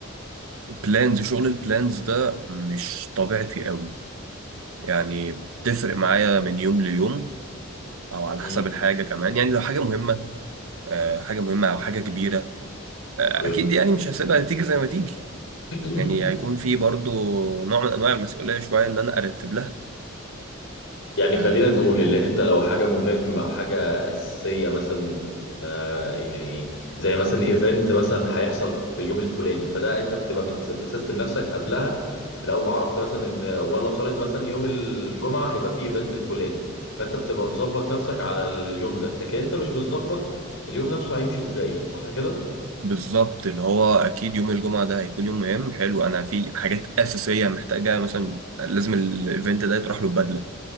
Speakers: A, on the right; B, on the left.
A: بلانز شغل البلانز ده مش طبيعتي قوي يعني بتفرق معايا من يوم ليوم أو على
B: امم
A: حسب الحاجة كمان يعني لو حاجة مهمة آه، حاجة مهمة أو حاجة كبيرة آه،
B: اوكي
A: أكيد يعني مش هسيبها تيجي زي ما تيجي
B: <coughs>
A: يعني هيكون في برضو نوع من أنواع المسؤولية شوية إن أنا أرتب لها
B: يعني
A: آه،
B: خلينا نقول اللي انت لو حاجة مهمة حاجة أساسية مثلا آه، يعني زي مثلا ايفنت مثلا هيحصل في اليوم الفلاني فده انت بتبقى متس- مسيستم نفسك قبلها من اول ما عرفت مثلا ان ولا افترض مثلا يوم الجمعة هيبقى فيه ايفنت الفلاني فانت بتبقى مظبط نفسك على اليوم ده لكن انت مش مظبط اليوم نفسه هيمشي ازاي صح كده؟
A: بالظبط اللي هو اكيد يوم الجمعه ده هيكون يوم مهم حلو انا في حاجات اساسيه محتاجه مثلا لازم الايفنت ده يتروح له بدله